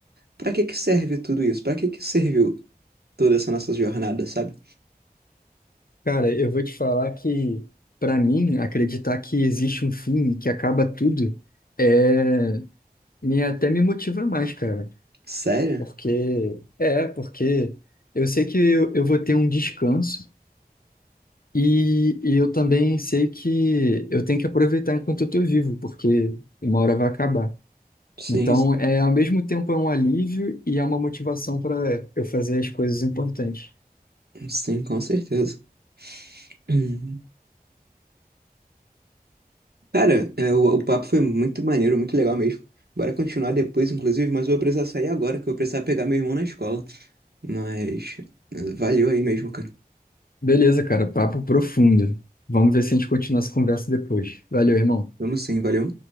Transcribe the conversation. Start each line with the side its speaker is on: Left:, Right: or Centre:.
Right: Pra que que serve tudo isso? Pra que que serviu toda essa nossa jornada, sabe?
Left: Cara, eu vou te falar que, pra mim, acreditar que existe um fim que acaba tudo é... Me, até me motiva mais, cara.
Right: Sério?
Left: Porque, é, porque eu sei que eu, eu vou ter um descanso e, e eu também sei que eu tenho que aproveitar enquanto eu estou vivo, porque uma hora vai acabar.
Right: Sim,
Left: Então, é, ao mesmo tempo é um alívio e é uma motivação para eu fazer as coisas importantes.
Right: sim, com certeza. <clears throat> Hum. Cara, é, o, o papo foi muito maneiro, muito legal mesmo. Bora continuar depois, inclusive, mas eu vou precisar sair agora, que eu vou precisar pegar meu irmão na escola. Mas eh, valeu aí mesmo, cara.
Left: Beleza, cara, papo profundo. Vamos ver se a gente continua essa conversa depois. Valeu, irmão.
Right: Vamos sim, valeu.